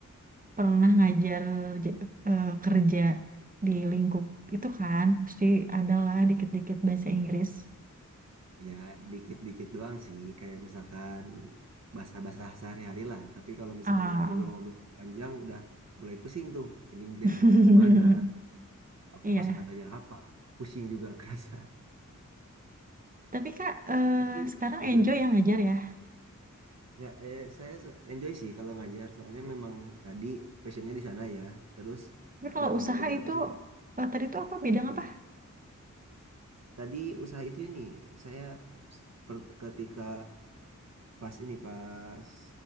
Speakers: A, on the right; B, on the right.
A: pernah ngajar j- eh, kerja di lingkup itu kan, pasti adalah dikit-dikit bahasa Inggris.
B: Ya, dikit-dikit doang sih, kayak misalkan basah-basah sehari-hari lah. Tapi kalau misalkan
A: Ah,
B: udah ngobrol-ngobrol panjang, udah mulai pusing tuh. Ini grammarnya
A: <laughs>
B: kemana, apa
A: iya.
B: kosakatanya apa, pusing juga <laughs> kerasa.
A: Tapi kak, eh,
B: Tapi
A: sekarang
B: ya gimana?
A: enjoy yang ngajar ya.
B: nggak eh, saya se- enjoy sih kalau ngajar, soalnya memang tadi passionnya di sana ya. Terus
A: Tapi kalau
B: yang
A: usaha
B: diajar
A: itu,
B: pun
A: eh, tadi itu apa, bidang
B: gimana?
A: apa?
B: Tadi usaha itu ini saya s- per- ketika pas ini pas